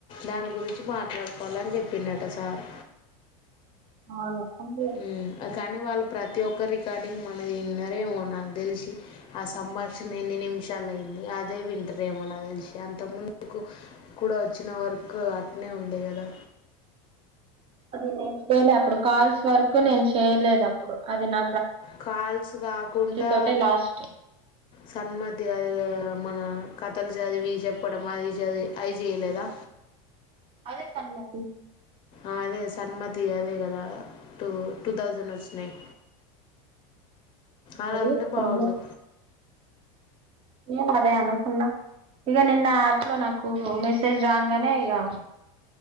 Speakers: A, on the left; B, on the right.
A: దాని గురించి మాట్లాడుకోవాలని చెప్పిండట సార్
B: అవును అది
A: ఉం కానీ వా ప్రతి ఒక్క రికార్డింగ్ మనది విన్నరేమో నాకు తెలిసి ఆ సంభాషణ ఎన్ని నిమిషాలు అయింది అదే వింటరేమో నాకు తెలిసి అంత ముందుకు కూడా వచ్చిన వర్క్ అట్నే ఉండే కదా
B: అది నేను లే అప్పుడు కాల్స్ వర్క్ నేను చేయలేదు అప్పుడు అది నా
A: కాల్స్ కాకుండా
B: తోటే లాస్ట్
A: సన్మతి అది మన కథలు చదివి చెప్పడం అది చది అది చేయలేదా
B: అదే సన్మతి
A: అదే సన్మతి అదే కదా టూ టూ థౌజండ్ వచ్చినాయి అలా
B: అది
A: ఉంటే
B: సన్మతి
A: బాగుండు
B: నేను అదే అనుకున్నా ఇక నిన్న యాప్ లో నాకు మెసేజ్ రాంగానే యా